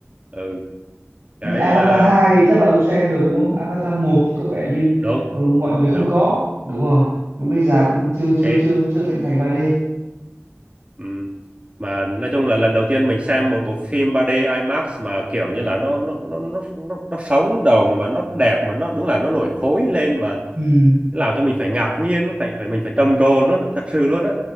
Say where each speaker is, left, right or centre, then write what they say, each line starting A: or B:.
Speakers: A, on the right; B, on the right.
A: ừ cái
B: nhưng Avatar
A: ờ,
B: 2 thì chắc là ông xem được đúng không Avatar 1 thì có vẻ như
A: đúng
B: ờ, mọi người không
A: đúng
B: có đúng rồi lúc đi rạp chưa chưa
A: cái
B: chưa chưa thịnh hành 3D
A: Ừ. Mà nói chung là lần đầu tiên mình xem một bộ phim 3D IMAX mà kiểu như là nó nó nó nó nó, nó sống động mà nó đẹp mà nó đúng là nó nổi khối lên mà
B: ừ
A: làm cho mình phải ngạc nhiên nó phải phải mình phải trầm trồ nó thật sự luôn á.